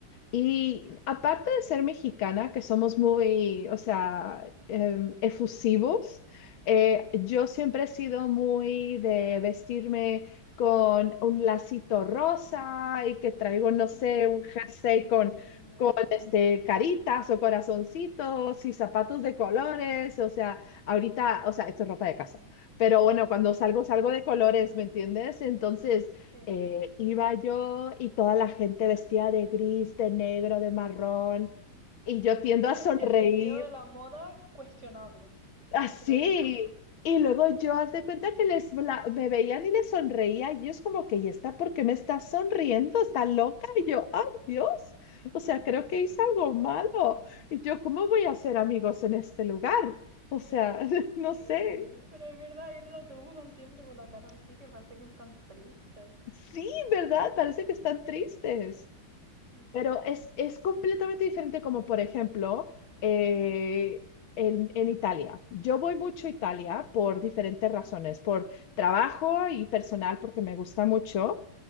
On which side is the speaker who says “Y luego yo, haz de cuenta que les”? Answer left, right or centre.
Left